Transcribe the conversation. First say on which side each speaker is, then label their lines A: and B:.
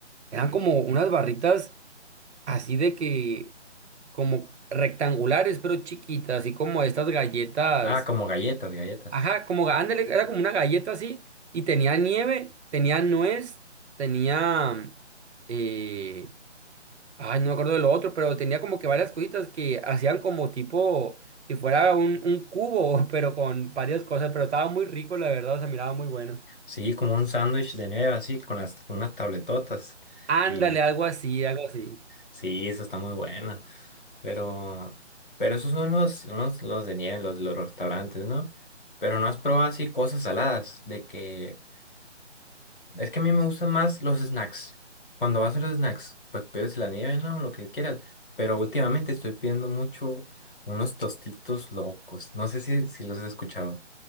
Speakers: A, on the right; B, on the left.
A: Eran como unas barritas así de que, como rectangulares, pero chiquitas, así como estas galletas,
B: Ah, como galletas, galletas.
A: ajá, como, ga- ándale, era como una galleta así, y tenía nieve, tenía nuez, tenía... eh, Ay, no me acuerdo de lo otro, pero tenía como que varias cositas que hacían como tipo, si fuera un, un cubo, <laughs> pero con varias cosas, pero estaba muy rico, la verdad, o sea, miraba muy bueno.
B: Sí, como un sándwich de nieve así, con las, con unas tabletotas.
A: Ándale,
B: Y
A: algo así, algo así.
B: sí, eso está muy bueno. Pero, pero esos son los, unos- los de nieve, los, los restaurantes, ¿no? Pero no has probado así cosas saladas, de que... Es que a mí me gustan más los snacks. Cuando vas a los snacks, pues pides la nieve, ¿no? Lo que quieras. Pero últimamente estoy pidiendo mucho unos tostitos locos. No sé si, si los has escuchado.